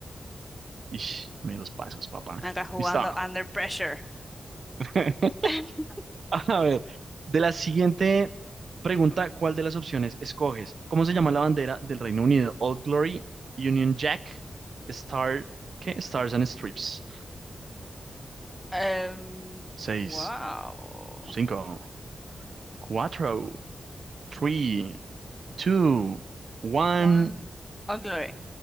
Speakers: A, on the right (about 55°); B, in the centre.
A: Ish, me los pasos, papá.
B: Acá jugando
A: Listo.
B: Under Pressure.
A: <laughs>
B: <laughs>
A: A ver, de la siguiente pregunta, ¿cuál de las opciones escoges? ¿Cómo se llama la bandera del Reino Unido? Old Glory, Union Jack, Star, ¿qué? Stars and Strips.
B: Em,
A: Seis,
B: wow.
A: cinco, cuatro, tres dos one,
B: One. Oh, Glory.